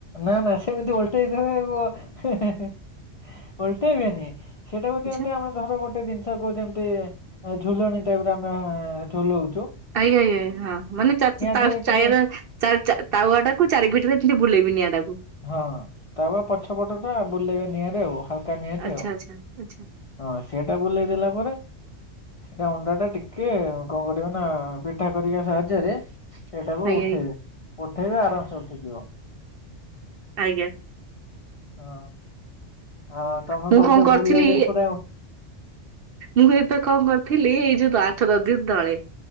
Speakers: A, on the left; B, on the right.
A: ନା ନା ସେମତି ଓଲଟେଇ ଦେବେ ଓଲଟେଇବେନି ସେଇଟା କୁ ଯେମିତି
B: ଆଚ୍ଛା
A: ଆମେ ଧର ଗୋଟେ ଜିନିଷ କୁ ଯେମିତି ଝୁଲଣ ଟାଇପ ରେ ଆମେ ଝୁଲଉଛ।
B: ଆଇ ଆଇ ଆ ହଁ। ମାନେ ଚାର ଚ ଚାଇର
A: ଦେହରେ ଟିକେ
B: ଚାର ଚା ତାୱା ଟାକୁ ଚାରି ପିଟି ରେ ଏମିତି ବୁଲେଇବି ନିଆଁ ଟା।
A: ହଁ ତାୱା ପଛ ପଟ ଟା ବୁଲେଇବେ ନିଆଁରେ ଆଉ ହାଲକା ନିଆଁରେ
B: ଆଚ୍ଛା
A: ଆଉ।
B: ଆଚ୍ଛା ଆଚ୍ଛା
A: ହଁ ସେଇଟା ବୁଲେଇ ଦେଲା ପରେ। ସେଟା ଅଣ୍ଡା ଟା ଟିକେ କଣ କରିବ ନା ପିଠା କରିବା ସାହାଯ୍ୟରେ ସେଇଟାକୁ
B: ଆଜ୍ଞା
A: ଉଠେଇବି
B: ଆଜ୍ଞା
A: ଉଠେଇବେି ଆରାମସେ ଉଠେଇଯିବ।
B: ଆଜ୍ଞା।
A: ହଁ ଆଉ ତମେ
B: ମୁଁ
A: କହୁଛ
B: କଣ କରିଥିଲି
A: ବୁଲେଇବ ପୁରା ଆଉ
B: ମୁଁ ଏବେ କଣ କରିଥିଲି ଏଇ ଯୋଉ ଆଠ ନ ଦିନ ତଳେ।